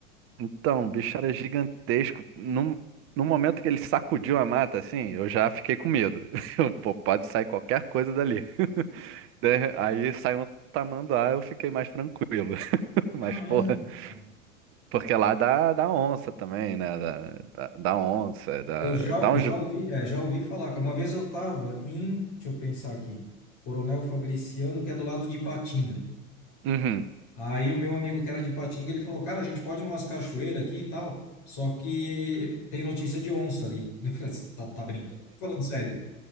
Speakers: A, on the right (about 30°); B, on the left (about 45°).
A: então, o bicho era gigantesco. Num, no momento que ele sacudiu a mata, assim, eu já fiquei com medo. <laughs> Eu, Pô, pode sair qualquer coisa dali. De- Aí saiu um tamanduá, eu fiquei mais tranquilo. Mas,
B: Caramba,
A: porra,
B: cara.
A: <laughs> porque lá dá, dá onça também, né? Dá, dá, dá onça, dá,
B: Eu já,
A: dá
B: eu
A: uns.
B: já ouvi, é, já ouvi falar, cara. Uma vez eu tava em, deixa eu pensar aqui, Coronel Fabriciano, que é do lado de Ipatinga.
A: Uhum.
B: Aí o meu amigo que era de Ipatinga, ele falou, cara, a gente pode ir numas cachoeiras aqui e tal, só que tem notícia de onça ali. <laughs> Eu falei, "Você tá, tá brincando? Tô Falando sério,